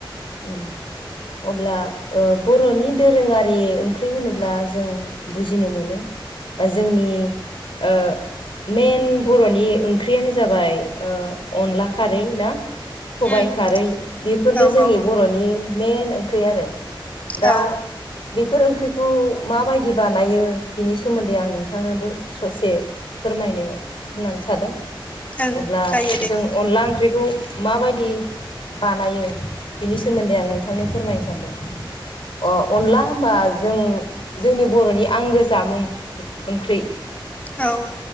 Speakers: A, on the left; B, on the left.
A: ओम। अब्ला ओ- बर'नि दोरोङारि। आरि ओंख्रि होनोब्ला जों बुजिनो मोनोओ-जोंनि ओ- मेन बर'नि ओंख्रियानो जाबाय ओ-अनला खारै ना? सबाय
B: उम
A: खारै बेफोरनो
B: औ
A: जोंनि
B: औ
A: बर'नि मइेन ओंख्रि आरो दा।
B: औ
A: बेफोर ओंख्रिखौ माबायदि बानायो बिनि सोमोन्दै आं नोंथांनो ससे। फोरमायनो होननानै सादों
B: ओं
A: अब्ला
B: जायो दे
A: जों। अनला ओंख्रिखौ माबायदि? बानायो बिनि सोमोन्दै आं नोंथांनो फोरमायनो सानदों। अ-अनला। होनबा जों जोंनि बर'नि आंगो जामुं ओंख्रि।
B: औ।